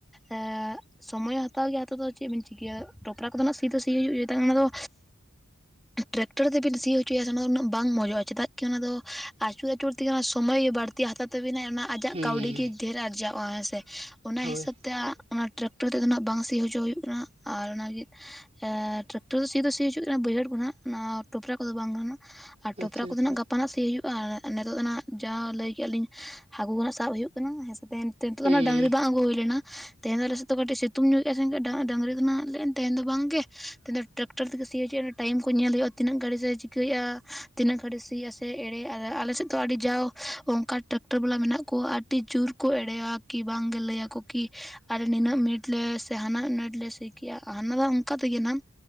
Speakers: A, in the centre; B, on the right (about 30°).
A: ᱮ <unintelligible> ᱥᱚᱢᱚᱭ ᱦᱟᱛᱟᱣ ᱜᱮᱭᱟ ᱦᱟᱛᱟᱣ ᱫᱚ ᱪᱮᱫ ᱵᱤᱱ ᱪᱤᱠᱟᱹᱭᱟ ᱴᱚᱯᱨᱟ ᱠᱚᱫᱚ ᱱᱟᱦᱟᱜ ᱥᱤ ᱫᱚ ᱥᱤ ᱦᱩᱭᱩᱜ ᱜᱮᱭᱟ ᱚᱱᱟ ᱫᱚ <unintelligible> ᱴᱨᱟᱠᱴᱚᱨ ᱛᱮᱵᱤᱱ ᱥᱤ ᱦᱚᱪᱚᱭᱟ ᱚᱱᱟ ᱫᱚ ᱩᱱᱟᱹᱜ ᱵᱟᱝ ᱢᱚᱡᱚᱜᱼᱟ ᱪᱮᱫᱟᱜ ᱠᱤ ᱚᱱᱟᱫᱚ ᱟᱪᱩᱨ ᱟᱪᱩᱨ ᱛᱮᱜᱮ ᱚᱱᱟ ᱥᱚᱢᱚᱭ ᱜᱮ ᱵᱟᱹᱲᱛᱤ ᱛᱤ ᱦᱟᱛᱟᱣ ᱛᱟᱹᱵᱤᱱᱟᱭ ᱚᱱᱟ ᱟᱡᱟᱜ
B: ᱦᱮᱸ
A: ᱠᱟᱹᱣᱰᱤ ᱜᱮ ᱰᱷᱮᱨ ᱟᱨᱡᱟᱣᱼᱟ ᱦᱮᱸ ᱥᱮ ᱚᱱᱟ
B: ᱦᱳᱭ
A: ᱦᱤᱥᱟᱹᱵᱽ ᱛᱮ ᱚᱱᱟ ᱴᱨᱟᱠᱴᱚᱨ ᱛᱮᱫᱚ ᱱᱟᱦᱟᱜ ᱵᱟᱝ ᱥᱤ ᱦᱚᱪᱚ ᱦᱩᱭᱩᱜ ᱠᱟᱱᱟ ᱟᱨ ᱚᱱᱟ ᱜᱮ ᱴᱨᱟᱠᱴᱟᱨ ᱫᱚ ᱥᱤ ᱫᱚ ᱥᱤ ᱦᱚᱪᱚ ᱦᱩᱭᱩᱜ ᱠᱟᱱᱟ ᱵᱟᱹᱭᱦᱟᱹᱲ ᱠᱚ ᱱᱟᱦᱟᱜ ᱴᱚᱯᱨᱟ ᱠᱚᱫᱚ ᱵᱟᱝ ᱜᱮᱱᱟᱜ ᱟᱨ ᱴᱚᱯᱨᱟ
B: ᱟᱪᱪᱷᱟ
A: ᱠᱚᱫᱚ
B: ᱟᱪᱪᱷᱟ
A: ᱱᱟᱦᱟᱜ ᱜᱟᱯᱟ ᱱᱟᱦᱟᱜ ᱥᱤ ᱦᱩᱭᱩᱜᱼᱟ ᱟᱨ ᱱᱤᱛᱚᱜ ᱫᱚ ᱱᱟᱦᱟᱜ ᱡᱟᱦᱟᱸ ᱞᱟᱹᱭ ᱠᱮᱫᱼᱟ ᱞᱤᱧ ᱦᱟᱹᱠᱩ ᱠᱚᱦᱟᱜ ᱥᱟᱵ ᱦᱩᱭᱩᱜᱼᱟ ᱦᱮᱸ ᱥᱮ ᱱᱤᱛ ᱫᱚ
B: ᱦᱮᱸ
A: ᱰᱟᱝᱨᱤ ᱵᱟᱝ ᱟᱹᱜᱩ ᱦᱩᱭ ᱞᱮᱱᱟ ᱛᱮᱦᱮᱧ ᱫᱚ ᱟᱞᱮ ᱥᱮᱫᱼᱼ ᱚ ᱠᱟᱹᱴᱤᱡ ᱥᱤᱛᱩ ᱧᱚᱜ ᱮᱫᱟ ᱥᱮ ᱰᱟᱝᱨᱤ ᱫᱚ ᱱᱟᱦᱟᱜ ᱞᱮᱱ ᱛᱟᱦᱮᱱ ᱫᱚ ᱵᱟᱝ ᱜᱮ ᱢᱮᱱ ᱫᱚ ᱴᱨᱟᱠᱴᱟᱨ ᱛᱮᱜᱮ ᱥᱤᱭ ᱦᱚᱪᱚᱭᱟ ᱴᱟᱭᱤᱢ ᱠᱚ ᱧᱮᱞ ᱦᱩᱭᱩᱜᱼᱟ ᱛᱤᱱᱟᱹᱜ ᱜᱷᱟᱹᱲᱤᱡ ᱮ ᱪᱤᱠᱟᱹᱭᱮᱫᱼᱟ ᱛᱤᱱᱟᱹᱜ ᱜᱷᱟᱹᱲᱤᱡ ᱥᱤᱭᱟᱥᱮ ᱮᱲᱮ ᱟᱞᱮᱥᱮᱫ ᱫᱚ ᱟᱹᱰᱤ ᱡᱟᱣ ᱚᱱᱠᱟ ᱴᱨᱟᱠᱴᱟᱨ ᱴᱨᱟᱠᱴᱨ ᱵᱟᱞᱟ ᱢᱮᱱᱟᱜ ᱠᱚᱣᱟ ᱟᱹᱰᱤ ᱡᱳᱨ ᱠᱚ ᱮᱲᱮᱭᱟ ᱠᱤ ᱵᱟᱝ ᱜᱮ ᱞᱟᱹᱭᱟ ᱠᱚ ᱠᱤ ᱱᱤᱱᱟᱹᱜ ᱢᱤᱱᱤᱴ ᱞᱮ ᱥᱮ ᱦᱟᱱᱟᱜ ᱢᱤᱱᱤᱴ ᱞᱮ ᱥᱤ ᱠᱮᱜᱼᱟ ᱦᱟᱱᱟ ᱫᱚ ᱚᱱᱠᱟ ᱛᱮᱜᱮ ᱱᱟᱜ